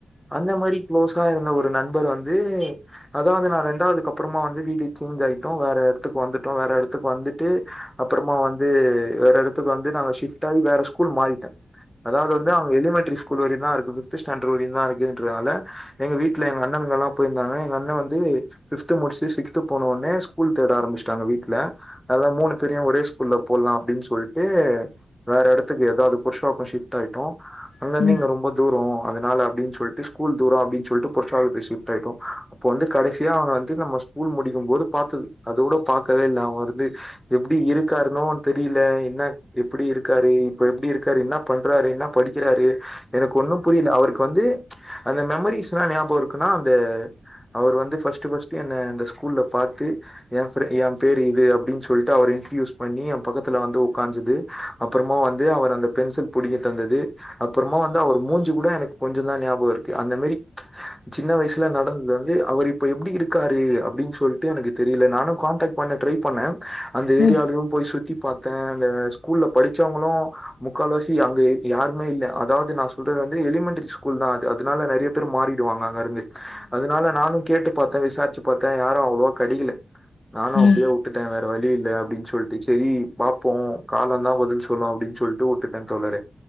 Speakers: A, in the centre; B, on the left (about 75°).
A: அந்த மாரி குளோஸா இருந்த ஒரு நண்பர் வந்து அதாவது வந்து நா ரெண்டாவதுக்கு அப்புறமா வந்து வீடு சேஞ்ச் ஆயிட்டோ வேற எடத்துக்கு வந்துட்டோ வேற எடத்துக்கு வந்துட்டு அப்புறமா வந்து வேற எடத்துக்கு வந்து நாங்க ஷிஃப்ட் ஆயி வேற ஸ்கூல் மாறிட்ட அதாவது வந்து அங்க எலிமெண்ட்ரி ஸ்கூல் வரையு தா இருக்குது ஃபிஃப்த்து ஸ்டாண்ட் வரையு தா இருக்குதுன்றதுனால எங்க வீட்ல எங்க அண்ணன்கள்லா போயிருந்தாங்க எங்க அண்ண வந்து ஃபிஃப்த்து முடிச்சிட்டு சிக்ஸ்த்து போனோன்னே ஸ்கூல் தேட ஆரம்பிச்சிட்டாங்க வீட்ல நல்லா மூணு பேரையும் ஒரே ஸ்கூல்ல போட்லா அப்டின்னு சொல்ட்டு வேற எடத்துக்கு ஏதாது புதுசா இப்ப ஷிஃப்ட் ஆயிட்டோ அங்கருந்து
B: ம் ம் ம் ம் ம் ம் ம்
A: இங்க ரொம்ப தூரோ அதனால அப்டின்னு சொல்ட்டு ஸ்கூல் தூரோ அப்டின்னு சொல்ட்டு புர்சாகத்துக்கு ஷிஃப்ட் ஆயிட்டோ இப்போ வந்து கடைசியா அவன வந்து நம்ம ஸ்கூல் முடிக்கும்போது பாத்தது அதோட பாக்கவே இல்ல அவன வந்து எப்டி இருக்காருன்னோ தெரில என்ன எப்டி இருக்காரு இப்ப எப்டி இருக் என்ன பண்றாரு என்ன படிக்கிறாரு எனக்கு ஒன்னு புரில அவருக்கு வந்து அந்த மெமரிஸ்லா ஞாபம் இருக்குன்னா அந்த அவர் வந்து ஃபர்ஸ்ட்டு ஃபர்ஸ்ட்டு என்ன அந்த ஸ்கூல்ல பாத்து என் என் பேரு இது அப்டின்னு சொல்ட்டு அவர் இன்ட்ரயூஸ் பண்ணி என் பக்கத்துல வந்து உக்காந்தது அப்புறமா வந்து அவர் அந்த பென்சில் புடிங்கி தந்தது அப்புறமா வந்து அவர் மூஞ்சு கூட எனக்கு கொஞ்ச தா ஞாபகம் இருக்கு அந்த மாரி சின்ன வயசு ல நடந்தது வந்து அவர் இப்ப எப்டி இருக்காரு அப்டின் சொல்ட்டு எனக்கு தெரில நானு கான்டாக்ட் பண்ண ட்ரை பண்ண அந்த ஏரியாலு
B: ம்
A: போய் சுத்தி பார்த்த அந்த ஸ்கூல்ல படிச்சவங்களு முக்கால்வசி அங்க யாருமே இல்ல அதாவது நா சொல்றது வந்து எலிமெண்டரி ஸ் கூல் தா அதனால நறைய பேர் மாறிடுவாங்க அங்க இருந்து அதனால நானு கேட்டு பாத்த விசாரிச்சு பாத்த யாரு அவ்ளோவா கிடைக்கல நானு
B: ம்
A: அப்டியே
B: ம்
A: விட்டுட வேற வழி இல்ல அப்டின் சொல்ட்டு செரி பார்போ காலம் தா பதில் சொல்லு அப்டின்னு சொல் ட்டு விட்டே தோழரே